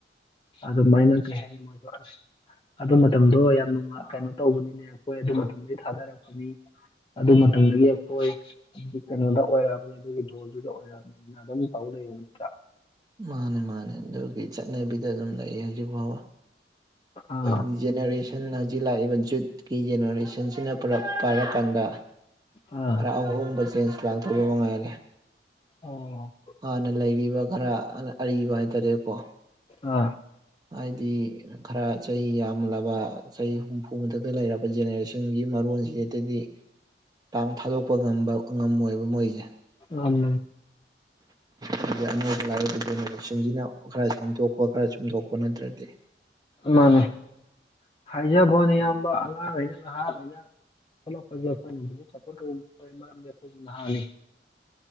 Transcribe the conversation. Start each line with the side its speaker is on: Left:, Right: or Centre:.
Left: <unintelligible> ꯑꯗꯨꯃꯥꯏꯅ ꯀꯩ ꯍꯥꯏꯅꯤ ꯃꯣꯢꯗꯣ ꯑꯁ ꯑꯗꯨ ꯃꯇꯝꯗꯣ ꯌꯥꯝ ꯅꯨꯡꯉꯥꯢ ꯀꯩꯅꯣ ꯇꯧꯕꯅꯤꯅꯦ ꯑꯈꯣꯢ ꯑꯗꯨ ꯃꯇꯝꯗꯩꯩ ꯊꯗꯥꯔꯀꯄꯥꯃꯤ ꯑꯗꯨ ꯃꯇꯝꯗꯒꯤ ꯑꯩꯈꯣꯏ ꯀꯩꯅꯣꯗ ꯑꯣꯏꯔꯛꯑꯕꯅꯤ ꯑꯗꯨꯒꯤ ꯗꯣꯜꯗꯨꯗ ꯑꯣꯏꯔꯛꯑꯕꯅꯤ ꯑꯗꯨꯅ ꯑꯗꯨꯝ ꯇꯧ ꯂꯩ ꯅꯠꯇ꯭ꯔꯥ
Right: ꯃꯥꯅꯦ ꯃꯥꯅꯦ ꯑꯗꯨꯒꯤ ꯆꯠꯅꯕꯤꯗ ꯑꯗꯨꯝ ꯂꯩꯌꯦ ꯍꯧꯖꯤꯛ ꯐꯥꯎꯕ
Left: ꯑꯥ
Right: ꯍꯥꯏꯗꯤ ꯖꯦꯅꯔꯦꯁꯟ ꯍꯧꯖꯤꯛ ꯂꯥꯛꯏꯕ ꯖꯨꯠꯀꯤ ꯖꯦꯅꯔꯦꯁꯟꯁꯤꯅ ꯄꯨꯂꯞ ꯄꯥꯏꯔꯀꯥꯟꯗ
Left: ꯑꯥ
Right: ꯈꯔ ꯑꯍꯣꯡꯕ ꯆꯦꯟꯁ ꯂꯥꯛꯇꯧꯕ ꯃꯉꯥꯏꯔꯦ
Left: ꯑꯣ
Right: ꯍꯥꯟꯅ ꯂꯩꯔꯤꯕ ꯈꯔ ꯑꯔꯤꯕ ꯍꯥꯏꯇꯥꯔꯦꯀꯣ
Left: ꯑꯥ
Right: ꯍꯥꯏꯗꯤ ꯈꯔ ꯆꯍꯤ ꯌꯥꯝꯂꯕ ꯆꯍꯤ ꯍꯨꯝꯐꯨ ꯃꯊꯛꯇ ꯂꯩꯔꯕ ꯖꯦꯅꯦꯔꯦꯁꯟꯒꯤ ꯃꯔꯣꯟꯁꯤꯗꯗꯤ ꯄꯥꯡ ꯊꯥꯗꯣꯛꯄ ꯉꯝꯕ ꯉꯝꯃꯣꯏꯕ ꯃꯣꯏꯖꯦ
Left: ꯉꯝ <unintelligible>
Right: ꯍꯥꯏꯗꯤ ꯑꯅꯧꯕ ꯂꯥꯛꯏꯕ ꯖꯦꯅꯦꯔꯦꯁꯟꯖꯤꯅ ꯈꯔ ꯁꯦꯝꯗꯣꯛꯄ ꯈꯔ ꯆꯨꯝꯗꯣꯛꯄ ꯅꯠꯇ꯭ꯔꯗꯤ
Left: ꯃꯥꯅꯦ ꯍꯥꯏꯖꯕ꯭ꯌꯥꯅꯦ ꯏꯌꯥꯝꯕ ꯑꯉꯥꯡꯒꯩꯅ ꯅꯍꯥ <unintelligible> ꯊꯣꯛꯂꯛꯄꯗ <unintelligible> ꯅꯍꯥꯟ